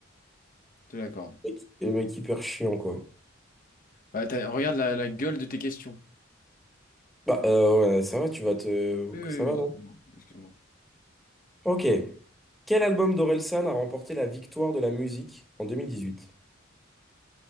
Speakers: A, on the left; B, in the centre.
A: je te l'accorde.
B: <laughs> Le mec hyper chiant, quoi.
A: Bah, t'as- regarde la, la gueule de tes questions.
B: Bah, euh, ouais, ça va, tu vas te.
A: Oui, oui,
B: Ça va,
A: oui,
B: non?
A: excuse-moi. excuse-moi.
B: Ok. Quel album d'Orelsan a remporté la victoire de la musique en deux mille dix-huit